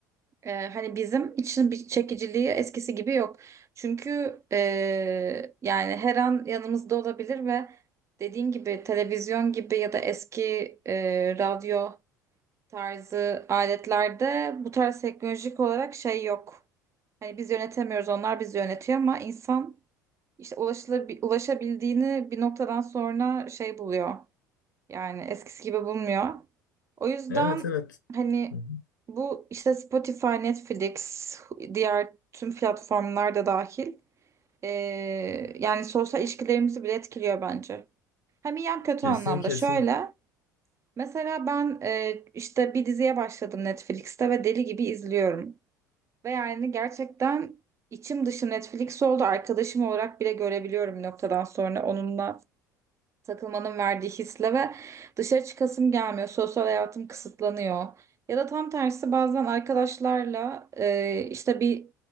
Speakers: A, on the right; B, on the left.
A: e, hani bizim için bir çekiciliği eskisi gibi yok. Çünkü e, yani her an yanımızda olabilir ve dediğin gibi televizyon gibi ya da eski e, radyo tarzı aletlerde bu tarz teknolojik olarak şey yok. Hani biz yönetemiyoruz onlar bizi yönetiyor ama insan işte ulaşılabi- ulaşabildiğini bir noktadan sonra şey buluyor. Yani eskisi gibi bulmuyor. O yüzden
B: Evet evet.
A: hani
B: Hı hı.
A: bu işte Spotify, Netflix, diğer tüm platformlar da dahil. Ee, yani sosyal ilişkilerimizi bile etkiliyor bence. Hem iyi hem kötü
B: Kesin
A: anlamda.
B: kesin.
A: Şöyle mesela ben e, işte bir diziye başladım Netflix'te ve deli gibi izliyorum. Ve yani gerçekten içim dışı Netflix oldu. Arkadaşım olarak bile görebiliyorum bir noktadan sonra. Onunla takılmanın verdiği hisle ve dışarı çıkasım gelmiyor. Sosyal hayatım kısıtlanıyor. Ya da tam tersi bazen arkadaşlarla e, işte bir